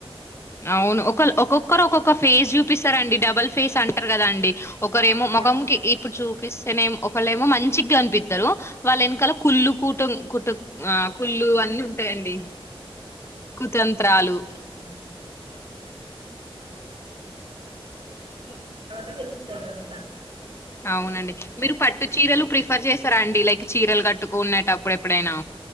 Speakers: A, on the left; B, on the right.
A: అవును ఒకలు ఒక్కొక్కరు
B: చేంజ్
A: ఒక్కొక్క
B: అయితారు
A: ఫేస్ చూపిస్తారండి. డబల్ ఫేస్ అంటారు కదా అండి. ఒకరేమో
B: ఆ అలా
A: మొఖమ్కి
B: ఉంటది
A: ఇప్పుడు చూపిస్ తేనేమో ఒకళ్ళ ఏమో మంచిగా అనిపిస్తారు వాళ్ళ వెనకాల కుళ్ళు కూటమ్ కూట ఆ కుళ్ళు
B: <unintelligible>
A: అన్ని ఉంటాయండి కుతంత్రాలు
B: ఇ తరవాత తెలుస్తద అంత
A: అవునండి మీరు పట్టు చీరలు ప్రిఫర్ చేస్తారా అండి లైక్ చీరలు కట్టుకునేటప్పుడు ఎప్పుడైనా